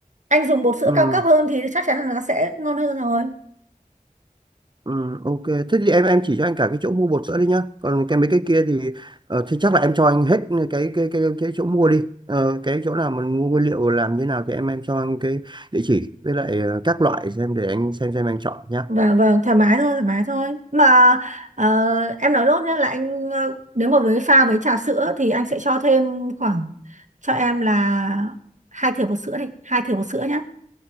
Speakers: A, on the right; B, on the right.
A: anh dùng bột sữa
B: ừ,
A: cao cấp hơn thì chắc chắn là nó sẽ ngon hơn rồi
B: ừ, ok thế thì em em chỉ cho anh cả cái chỗ mua bột sữa đi nhá còn cái mấy cái kia thì ờ, thì chắc là em cho anh hết cái cái cái cái, cái chỗ mua đi Ờ, cái chỗ nào mình mua nguyên liệu làm như nào thì em em cho anh cái địa chỉ với lại ờ, các loại xem để anh xem xem anh chọn nhá
A: Vâng, và thoải mái thôi thoải mái thôi mà ờ, em nói lốt nhé là anh ờ, nếu mà với pha với trà sữa thì anh sẽ cho thêm khoảng cho em là hai thìa bột sữa đi hai thìa bột sữa nhé